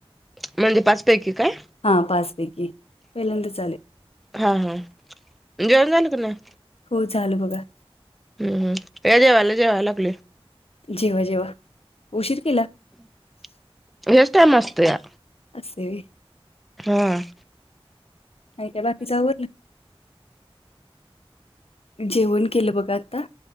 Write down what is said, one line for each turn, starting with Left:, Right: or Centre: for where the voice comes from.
Centre: म्हणजे पाच पैकी काय?
Left: हा पाचपैकी पहिल्यांदच आले.
Centre: हा हा जेवण झाल काय नाही.
Left: हो चालू बघा.
Centre: हम् या जेवायला जेवाय लागली.
Left: जेवा जेवा. उशीर केला
Centre: <inaudible> हेच टायमिंग असतया.
Left: असतय व्हय.
Centre: हम
Left: आणि काय बाकीच आवरलं. जेवण केलं बघा आता